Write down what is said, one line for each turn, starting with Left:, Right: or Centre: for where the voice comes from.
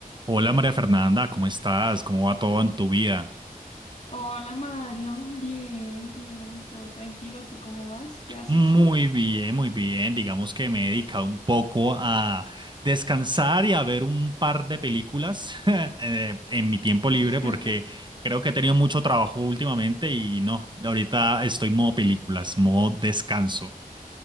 Right: Hola María Fernanda, ¿cómo estás? ¿Cómo va todo en tu vida?
Left: Hola Mario, bien, bien, todo tranquilo, ¿tú cómo vas? ¿Qué has
Right: Muy
Left: hecho?
Right: bien, muy bien. Digamos que me he dedicado un poco a descansar y a ver un par de películas <laughs> eh, en mi tiempo libre
Left: <laughs>
Right: porque creo que he tenido mucho trabajo últimamente y no, ahorita estoy modo películas, modo descanso.